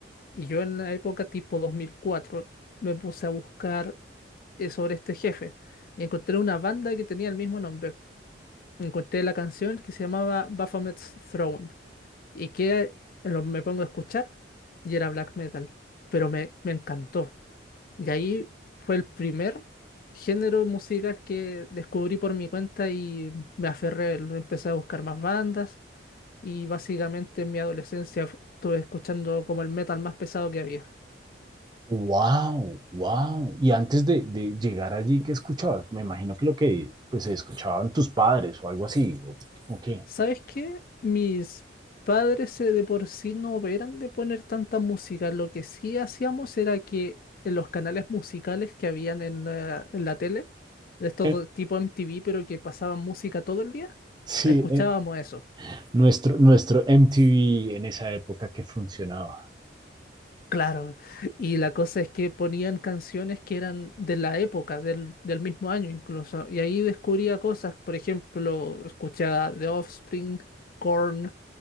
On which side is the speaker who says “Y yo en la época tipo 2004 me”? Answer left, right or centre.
Left